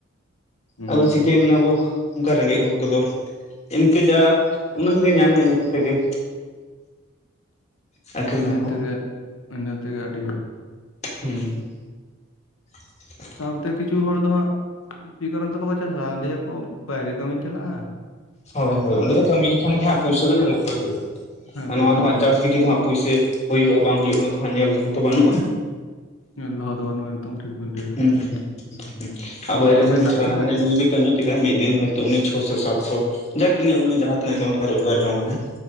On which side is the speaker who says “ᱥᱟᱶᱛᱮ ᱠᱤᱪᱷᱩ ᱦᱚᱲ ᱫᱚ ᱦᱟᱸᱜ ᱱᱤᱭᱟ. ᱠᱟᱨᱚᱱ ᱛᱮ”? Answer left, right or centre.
Left